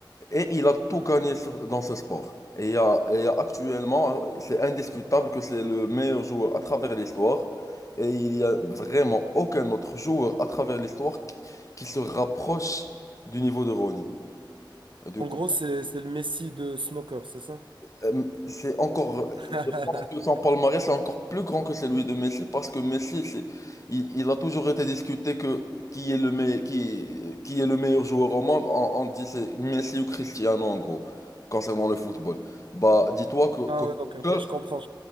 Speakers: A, on the left; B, on the right.
A: Et il a tout gagné sur- dans ce sport. Et il y a- et il y a actuellement, c'est indiscutable que c'est le meilleur joueur à travers l'histoire. Et il n'y a vraiment aucun autre joueur à travers l'histoire qui, qui se rapproche du niveau de Ronnie. Du
B: En
A: coup,
B: gros, c'est c'est le Messi de snooker, c'est ça?
A: Euh, c'est encore, je
B: <laughs>
A: pense que son palmarès est encore plus grand que celui de Messi parce que Messi, c'est, il, il a toujours été discuté que qui est le meilleur qui, qui est le meilleur joueur au monde. On, on dit c'est Messi ou Cristiano en gros, concernant le football. Bah, dis-toi que,
B: Ah
A: qu'au
B: ouais, ok, ok,
A: snooker,
B: je comprends.